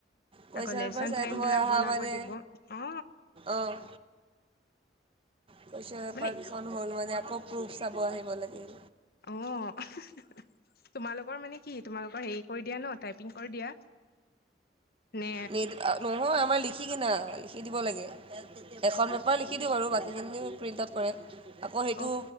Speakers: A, on the right (about 30°); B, on the left (about 55°).
A: question
B: আকৌ lesson
A: paper set
B: plan
A: হৈ
B: বিলাক
A: অহা
B: বনাব
A: মানে,
B: দিব অ
A: অ'! কুৱেশ্চন পেপাৰকেইখন
B: মানে
A: হ'ল মানে, আকৌ প্ৰুফ চাব আহিব লাগে।
B: অ'! <unintelligible> তোমালোকৰ মানে কি, তোমালোকৰ সেৰি কৰি দিয়া ন', টাইপিং কৰি দিয়া? নে
A: নিদো। নহয়, আমাৰ লিখি কিনা, লিখি দিব লাগে। এখন পেপাৰ লিখি দিওঁ বাৰু। বাকীখিনিও প্ৰিণ্ট আউট কৰে। আকৌ সেইটো,
B: অ